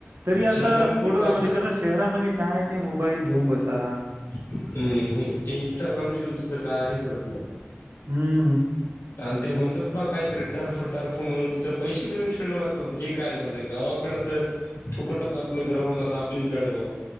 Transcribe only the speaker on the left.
शहरामध्ये
काय आहे
हम ते इंस्टाग्राम शिवाय दुसरं का हे झाल तुला
आणि ते म्हणतात बा काहीतरी टर्फ टर्फ म्हणून तिथ पैसे घेऊन खेळणं लागतात हे काय झालंय गावाकडे तर फुकटच आपलं ग्राउंड आणि आपलीच बॅड बवन